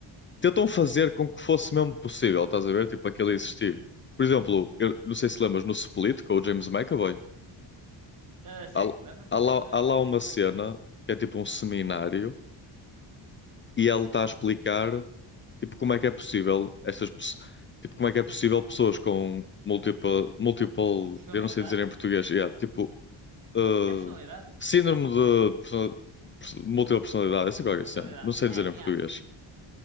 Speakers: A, on the left; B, on the right.
A: tentam fazer com que fosse mesmo possível, estás a ver? Tipo, aquele existir. Por exemplo, eu não sei se lembras, no Split, com o James McAvoy,
B: Ah, sim,
A: há,
B: lembro-me
A: há
B: completamente,
A: lá, há lá
B: sim.
A: uma cena que é tipo um seminário e ele está a explicar, tipo, como é que é possível estas pessoas, tipo, como é que é possível pessoas com múltipla, multiple,
B: Personalidade.
A: eu não sei dizer em português, yeah, tipo, uh,
B: É personalidade?
A: síndrome de persona- perso- múltipla personalidade, essa
B: Múltipla
A: é qualquer
B: personalidade.
A: cena. Não sei
B: É,
A: dizer em português.
B: é